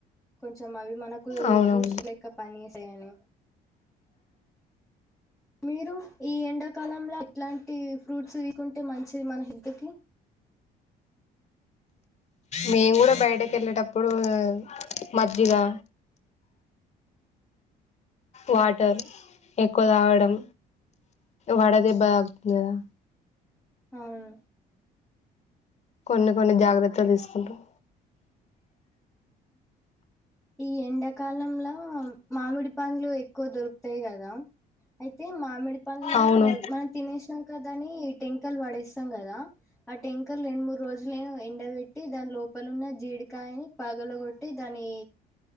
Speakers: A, in the centre; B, on the left (about 40°).
A: కొంచం అవి మనకు
B: అవునవును
A: బూస్ట్ లెక్క పని చగాని మీరు ఈ ఎండాకాలంలో ఎట్లాంటి ఫ్రూట్స్ వీకుంటే మంచిది మన హెల్త్ కి
B: మేము కూడా బయటికి వెళ్ళేటప్పుడు మజ్జిగా వాటర్ ఎక్కువ తాగడం వడ దెబ్బ తాకుతుంది కదా
A: అవును
B: కొన్ని కొన్ని జాగ్రత్తలు తీసుకుంటాం
A: ఈ ఎండకాలంలో మామిడి పండ్లు ఎక్కువ దొరుకుతాయి కదా అయితే మామిడి పండ్ల
B: అవును
A: మనం తినేసినంక దాని టెంకలు పడేస్తాం కదా ఆ ట్యాంకలు రెండు మూడు రోజులు ఎండబెట్టి దాని లోపలున్న జీడికాయని పగలు కొట్టి దానీ